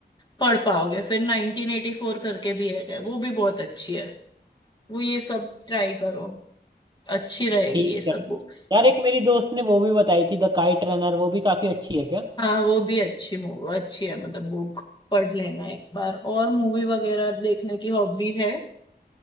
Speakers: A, on the left; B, on the right.
A: पढ़ पाओगे फिर नाइनटीन एटी फोर करके भी है वो भी बहुत अच्छी है वो ये सब ट्राई करो अच्छी रहेगी
B: ठीक
A: ये सब
B: है
A: बुक्स
B: यार एक मेरी दोस्त ने वो भी बताई थी द काइट रनर वो भी काफी अच्छी है क्या
A: हाँ वो भी अच्छी मूवी अच्छी है मतलब बुक पढ़ लेना एक बार और मूवी वगैरह देखने की हॉबी है